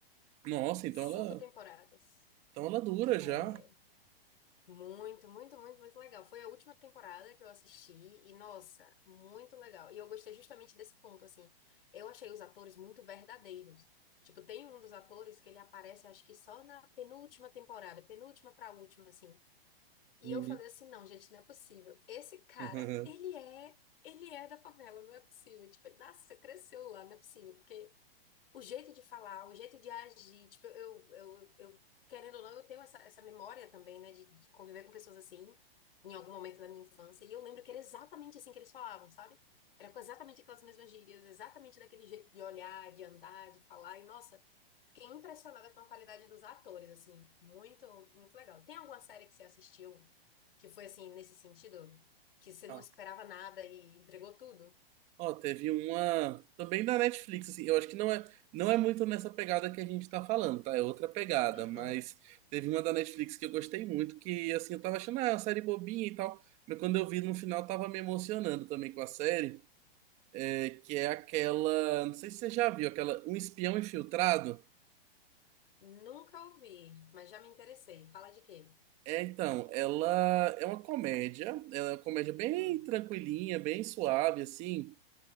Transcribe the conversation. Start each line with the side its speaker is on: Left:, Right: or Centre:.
Right: Nossa, então
Left: Cinco
Right: ela.
Left: temporadas.
Right: Então ela dura já.
Left: É muito, muito, muito, muito legal. Foi a última temporada que eu assisti e, nossa, muito legal. E eu gostei justamente desse ponto, assim. Eu achei os atores muito verdadeiros. Tipo, tem um dos atores que ele aparece, acho que só na penúltima temporada, penúltima pra última, assim. E
Right: Uhum.
Left: eu falei assim, não, gente, não é possível. Esse cara,
Right: <laughs>
Left: ele é, ele é da favela, não é possível. Tipo, ele nasceu, cresceu lá, não é possível, porque o jeito de falar, o jeito de agir. Tipo, eu, eu, eu querendo ou não, eu tenho essa, essa memória também, né, de, de conviver com pessoas assim, em algum momento da minha infância. E eu lembro que era exatamente assim que eles falavam, sabe? Era com exatamente aquelas mesmas gírias, exatamente daquele jeito de olhar, de andar, de falar. E, nossa, fiquei impressionada com a qualidade dos atores, assim, muito, muito legal. Tem alguma série que você assistiu que foi assim, nesse sentido? Que você não
Right: Ah,
Left: esperava nada e entregou tudo?
Right: ó, teve uma também da Netflix, assim, eu acho que não é, não é muito nessa pegada que a gente tá falando, tá? É outra pegada,
Left: Uhum.
Right: mas teve uma da Netflix que eu gostei muito, que assim, eu tava achando, ah, é uma série bobinha e tal, mas quando eu vi no final tava me emocionando também com a série, é, que é aquela, não sei se você já viu, aquela Um Espião Infiltrado.
Left: Nunca ouvi, mas já me interessei. Fala de quê?
Right: É, então, ela é uma comédia, ela é uma comédia bem
Left: Hum,
Right: tranquilinha, bem suave, assim,